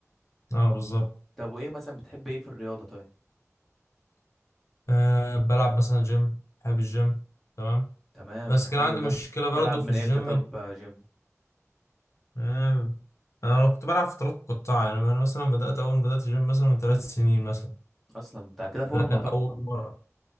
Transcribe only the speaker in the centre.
طب وايه مثلا بتحب ايه في الرياضة طيب
تمام
ده
حلو
ده
تلعب
من
امتى طب
يا جيم
اصلا انت كده فورمة
بقى